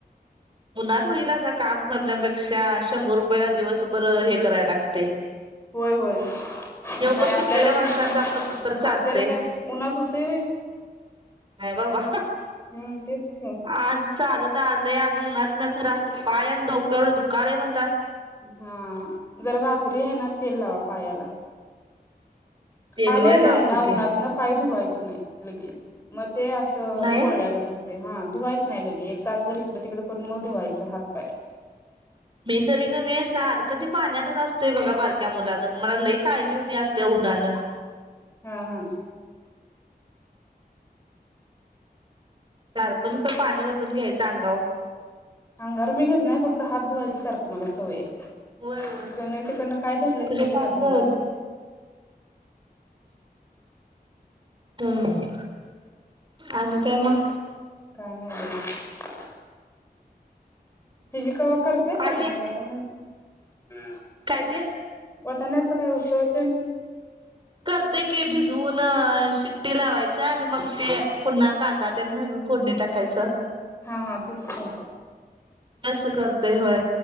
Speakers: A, on the right; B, on the left.
A: उनात बघितलासा काम करण्यापेक्षा शंभर रुपयाला दिवस बरं हे कराय लागतय.
B: होय होय
A: योगं
B: आणि
A: शिकलेल्या
B: आपल्याला
A: माणसांचं
B: काय
A: आपलं कुटतर चालतय
B: आपल्याला काय उन्हात होते व्हय
A: नाही बाबा
B: हम्म तेच की
A: आज चालत आलं ते आम्ही उनातंन खर अस पाय आणि डोकं दुकालय म्हण
B: हा जरा रात्री आहे ना. तेल लावा पायाला.
A: तेलवय
B: आल्या आल्या
A: लावतो
B: आहे ना
A: की
B: उन्हातन पाय धुवायचं नाही लगे मग ते असं
A: नाही
B: पोळल्यागत होत. हा धुवायच नाही लगे एक तासभर इकडं तिकडं करून म धुवायच हात पाय
A: मी तरी कनी सारखं ती पाण्यातच असतोय बघा बारक्या मुलागंत मला कायली होत्या असल्या ऊन्हानं
B: ह ह
A: सारखं नुसतं पाणी वतून घ्यायचं अंगाव
B: अंगावर मी घेत नाही फक्त हात धुवायची सारखं मला सवय हाय.
A: होय होय
B: ईकडनं तिकडनं काय धरलं की
A: तुझ्या
B: लगे
A: पाणी
B: हात धुवाय
A: झालं ते हम् आणि काय मग?
B: काय नाय बगा. हिजी कवा करतेय का
A: आली
B: तुम्ही वाट <inaudible>
A: काय ते
B: वटाण्याच काय उसळ तेन
A: करतोय की भिजवून शिट्टी लावायच आणि मग ते पुन्हा कांदा तेन घालून फोडणी टाकायचं.
B: हा, हा तेच ख
A: अस करतय होय